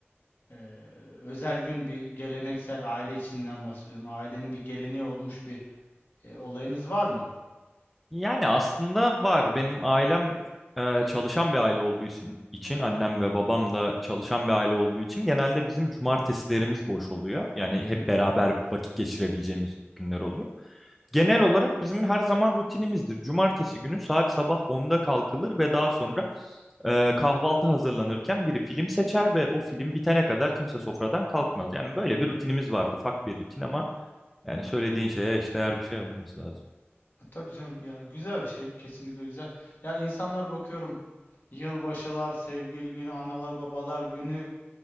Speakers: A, on the left; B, in the centre.
A: Ee, özel gün bir geleneksel aile içinden bahsediyorum. Ailenin bir geleneği olmuş bir e, olayınız var mı?
B: Yani aslında var. Benim ailem e, çalışan bir aile olduğu için, için annem ve babam da çalışan bir aile olduğu için genelde bizim cumartesilerimiz boş oluyor. Yani
A: Hı
B: hep
A: hı.
B: beraber vakit geçirebileceğimiz günler oluyor. Genel olarak bizim her zaman rutinimizdir. Cumartesi günü saat sabah onda kalkılır ve daha sonra e, kahvaltı hazırlanırken biri film seçer ve o film bitene kadar kimse sofradan kalkmaz. Yani böyle bir rutinimiz var. Ufak bir rutin ama yani söylediğin şeye eşdeğer bir şey olması lazım.
A: Tabii canım ya güzel bir şey kesinlikle güzel. Ya insanlar bakıyorum yılbaşılar, sevgili günü, analar babalar günü